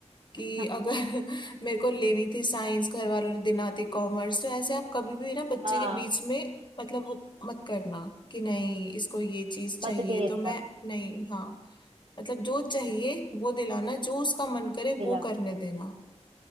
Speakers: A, on the left (about 40°); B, on the right (about 60°).
A: कि
B: <laughs>
A: अगर <laughs> मेरे को लेनी थी साइंस घर वालों ने दिलाती कॉमर्स तो ऐसे आप कभी भी ना बच्चे
B: हाँ
A: के बीच में मतलब वो मत करना कि नहीं इसको ये चीज चाहिए
B: मतभेद
A: तो मैं
B: हाँ
A: नहीं हाँ
B: हम्म,
A: मतलब जो चाहिए वो दिलाना जो उसका मन करे
B: दिलाना
A: वो करने देना